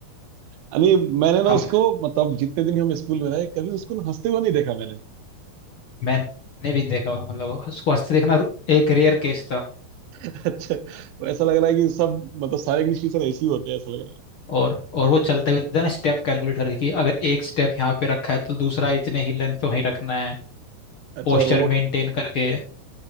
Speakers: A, on the right; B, on the left.
A: यानी मैंने ना
B: हम
A: उसको मतलब जितने दिन हम स्कूल में रहे कभी उसको ना हंसते हुए नहीं देखा मैंने
B: मैंने भी देखा हुआ, मतलब वो- उसको हंसते देखना एक रेयर केस था
A: अच्छा तो ऐसा लग रहा है कि सब मतलब सारे इंग्लिश टीचर ऐसे ही होते हैं ऐसा लग रहा है
B: और और वो चलता भी था ना स्टेप कैलकुलेट करके कि अगर एक स्टेप यहाँ पे रखा है तो दूसरा इतने ही लेंथ पे वहीं रखना है
A: अच्छा
B: पोस्चर
A: रोबोट
B: मेंटेन करके